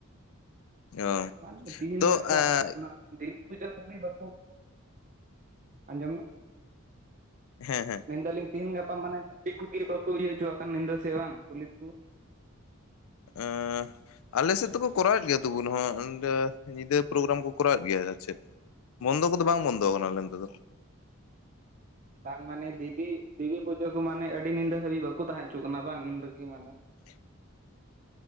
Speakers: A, on the left (about 75°); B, on the right (about 35°).
A: ᱚ
B: ᱢᱟᱱᱮ ᱛᱤᱦᱤᱧ
A: ᱛᱚ
B: ᱜᱟᱯᱟ
A: ᱮᱸ,
B: ᱚᱱᱟ ᱫᱤᱱᱼᱼ <unintelligible> ᱵᱟᱠᱚ ᱟᱸᱡᱚᱢ ᱢᱮ
A: ᱦᱮᱸ ᱦᱮᱸ
B: ᱢᱮᱱ ᱫᱟᱞᱤᱧ ᱛᱤᱦᱤᱧ ᱜᱟᱯᱟ ᱢᱟᱱᱮ <unintelligible> ᱠᱚᱜᱮ ᱵᱟᱠᱚ ᱤᱭᱟᱹ ᱦᱚᱪᱚᱣᱟᱜ ᱠᱟᱱ ᱧᱟᱹᱫᱟ ᱥᱮ ᱵᱟᱝ ᱯᱩᱞᱤᱥ ᱠᱚ᱾
A: ᱮᱸᱻ ᱟᱞᱮ ᱥᱮᱫ ᱫᱚᱠᱚ ᱠᱚᱨᱟᱣᱮᱫ ᱜᱮᱭᱟ ᱛᱚᱵᱩ ᱦᱚᱸ ᱚᱸᱰᱮ ᱧᱤᱫᱟᱹ ᱯᱨᱳᱜᱨᱟᱢ ᱠᱚ ᱠᱚᱨᱟᱣᱮᱫ ᱜᱮᱭᱟ ᱟᱨ ᱪᱮᱫ᱾ ᱵᱚᱱᱫᱚ ᱠᱚᱫᱚ ᱵᱟᱝ ᱵᱚᱱᱫᱚ ᱠᱟᱱᱟ ᱱᱛᱮ ᱫᱚᱼᱼ
B: ᱵᱟᱝ ᱢᱟᱱᱮ ᱫᱮᱵᱤ ᱫᱮᱵᱤ ᱯᱩᱡᱟᱹ ᱠᱚ ᱢᱟᱱᱮ ᱟᱹᱰᱤ ᱧᱤᱫᱟᱹ ᱦᱟᱹᱵᱤᱡ ᱵᱟᱠᱚ ᱛᱟᱦᱮᱸ ᱦᱚᱪᱚ ᱠᱟᱱᱟ ᱵᱟᱝ ᱤᱱ ᱨᱮᱜᱮ ᱢᱟᱱᱮᱼᱼ ᱢᱩᱸ
A: <inaudible>